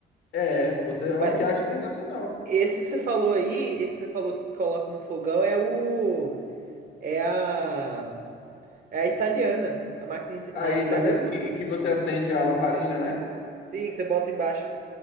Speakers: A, on the left; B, on the right.
A: É, você
B: Mas.
A: é uma viagem internacional.
B: Esse que você falou aí, esse que você falou que coloca no fogão é o. É a. É a italiana. A máquina it-
A: Aí,
B: a italiana.
A: tá vendo que, que você acende a lamparina, né?
B: Sim, que você bota embaixo.